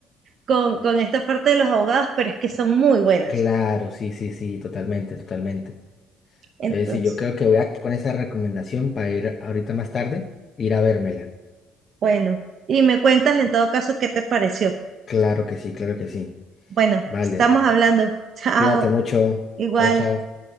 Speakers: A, on the right (about 55°); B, on the left (about 45°).
A: con, con esta parte de los abogados, pero es que son muy buenas.
B: claro, sí, sí, sí, totalmente, totalmente. Entonces,
A: Entonces,
B: sí, yo creo que voy a quedar con esa recomendación para ir ahorita más tarde, ir a vérmela.
A: bueno, y me cuentas en todo caso qué te pareció.
B: Claro que sí, claro que sí.
A: Bueno,
B: Vale,
A: estamos hablando.
B: eh,
A: <laughs> Chao,
B: cuídate mucho.
A: igual.
B: Chao, chao.